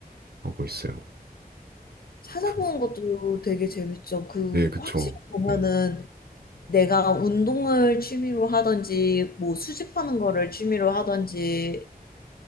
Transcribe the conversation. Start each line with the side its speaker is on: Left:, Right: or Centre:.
Right: 하고 있어요.
Left: 찾아보는
Right: 그,
Left: 것도 되게 재밌죠. 그
Right: 네, 그쵸.
Left: 확실히 보면은
Right: 네.
Left: 내가 운동을 취미로 하든지 뭐 수집하는 거를 취미로 하든지